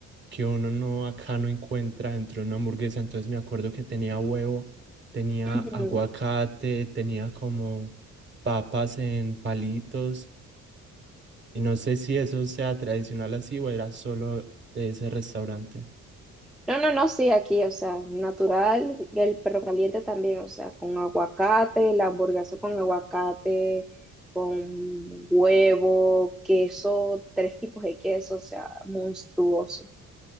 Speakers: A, on the right; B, in the centre.
A: que uno no acá no encuentra dentro de una hamburguesa, entonces me acuerdo que tenía huevo, tenía
B: Ujú.
A: aguacate, tenía como papas en palitos Y no sé si eso sea tradicional así o era solo de ese restaurante.
B: No, no, no, sí, aquí, o sea, natural, y el perro caliente también, o sea, con aguacate, la hamburguesa con aguacate, con huevo, queso, tres tipos de queso, o sea, monstruoso.